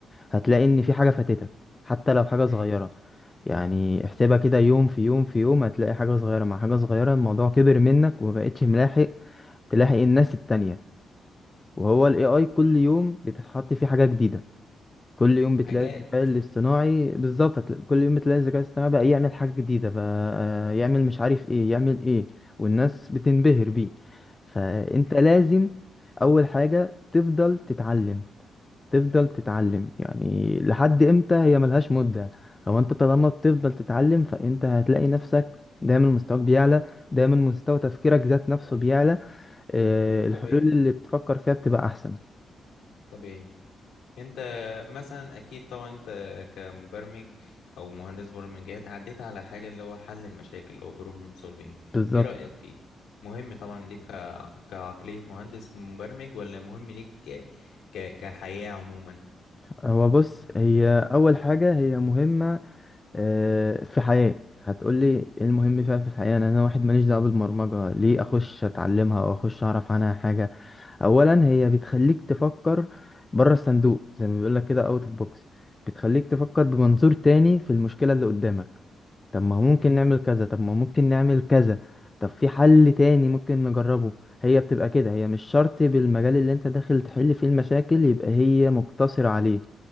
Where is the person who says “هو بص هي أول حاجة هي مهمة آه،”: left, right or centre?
Left